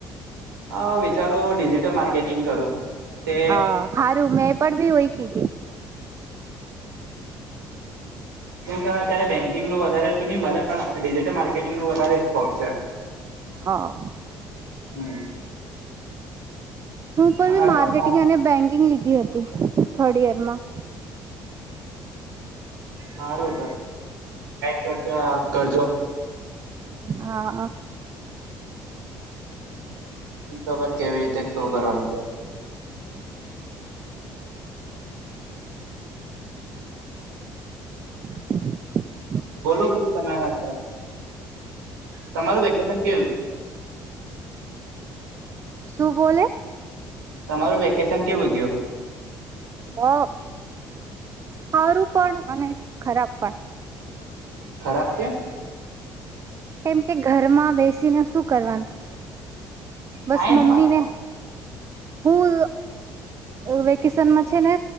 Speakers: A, on the right; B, on the right.
A: હા વિચારું ડિજિટલ માર્કેટિંગ કરું. તે
B: હ સારું મેં પણ ભી હોય કીધી.
A: કેમ કેવાય અત્યારે બેંકિંગ ન વધારે તો નહી મળે પણ ડિજિટલ માર્કેટિંગ ન વધારે સ્કોપ છે.
B: હ <unintelligible>
A: હમ.
B: હું પણ
A: અને
B: બી માર્કેટિંગ
A: કોણ
B: અને બેન્કિંગ લીધી હતી. થર્ડ યરમાં.
A: હ રોટ કરજ કરજો.
B: હા.
A: મબર કેવી રીતે શું કરવાનું છે.
B: હ <unintelligible>
A: બોલો કઈ સમય આ ત. તમારે વેકેશન કેવું છે.
B: શુંબોલે.
A: તમારું વેકેશન કેવું ગયું.
B: હ. સારું પણ અને. ખરાબ પણઠ.
A: ખરાબ ક્યા.
B: કેમ કે ઘરમાં બેસીને શું કરવાનું. બસ
A: ટાઈમ
B: મ્મીને.
A: પાસ
B: હું વેકેશનમાં છે ને